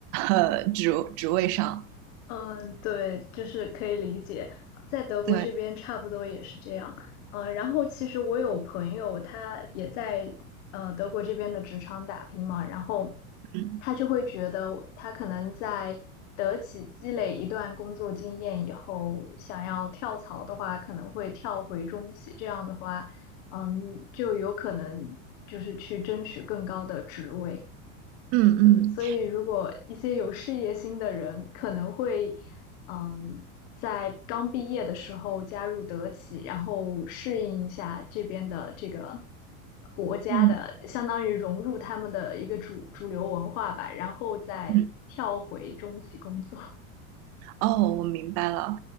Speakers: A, on the right; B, on the left.
A: 呃职职位上。
B: 嗯，对，就是可以理解，在德国这边差不多也是这样。
A: 对，
B: 呃，然后其实我有朋友，他也在呃德国这边的职场打拼嘛，然后
A: 嗯
B: 他就会觉得他可能在德企积累一段工作经验以后，想要跳槽的话，可能会跳回中企，这样的话，嗯，就有可能就是去争取更高的职位。
A: 嗯嗯
B: 所所以，如果一些有事业心的人，可能会，嗯，在刚毕业的时候加入德企，然后适应一下这边的这个国家的，
A: 嗯
B: 相当于融入他们的一个主主流文化吧，然后再跳回中企工作，
A: 嗯。哦，我明白了。